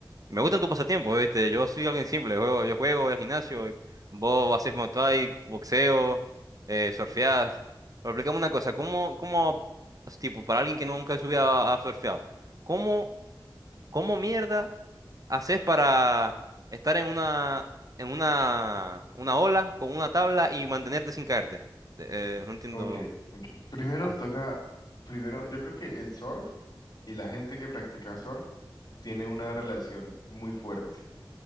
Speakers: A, on the right; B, on the left.
A: Me gustan tus pasatiempos, ¿viste? Yo soy alguien simple, juego, yo juego, voy al gimnasio, vos haces Muay Thai, boxeo, eh, surfeás. Pero explícame una cosa, ¿cómo, cómo, tipo, para alguien que nunca en su vida ha ha surfeado, ¿cómo ¿Cómo mierda haces para estar en una, en una, una ola con una tabla y mantenerte sin caerte? Te- eh, no entiendo.
B: Ok, ok. Primero
A: Ah,
B: toca, primero, yo creo que el surf y la gente que practica surf tiene una relación muy fuerte,